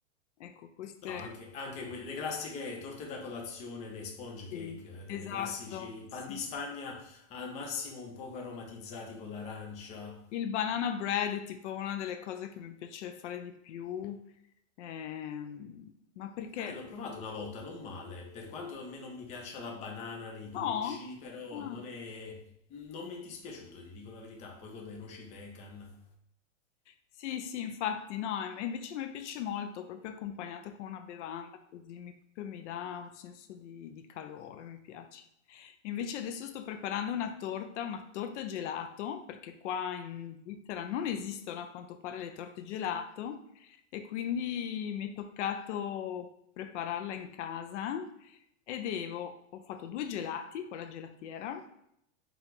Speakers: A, on the left; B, on the left.
A: Ecco, queste...
B: No, anche, anche que- le classiche torte da colazione, le sponge
A: Sì,
B: cake, eh, delle
A: esatto,
B: classici
A: sì.
B: pan di Spagna al massimo un poco aromatizzati con l'arancia.
A: Il banana bread è tipo una delle cose che mi piace fare di più, ehm, ma perché?
B: Eh, l'ho provato una volta, non male. Per quanto a me non mi piaccia la banana nei dolci,
A: No?
B: però
A: Ah.
B: non è... non mi è dispiaciuto, ti dico la verità. Poi con le noci pecan.
A: Sì, sì, infatti, no, e invece a me piace molto, proprio accompagnata con una bevanda, così mi, proprio mi dà un senso di, di calore, mi piace. Invece adesso sto preparando una torta, una torta gelato, perché qua in Svizzera non esistono a quanto pare le torte gelato, e quindi mi è toccato prepararla in casa e devo, ho fatto due gelati con la gelatiera